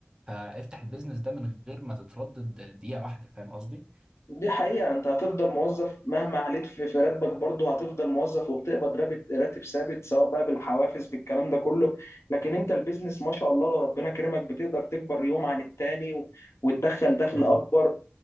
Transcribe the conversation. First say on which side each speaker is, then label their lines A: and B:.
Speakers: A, on the right; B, on the left.
A: فافتح البيزنس ده من غير ما تتردد دقيقة واحدة فاهم قصدي؟
B: دي حقيقة انت هتفضل موظف مهما عليت في في راتبك برضه هتفضل موظف وبتقبض راتب راتب ثابت سواء بقى بالحوافز بالكلام ده كله لكن انت البيزنس ما شاء الله لو ربنا كرمك بتقدر تكبر يوم عن التاني و- وتدخل دخل
A: ده حقيقي.
B: اكبر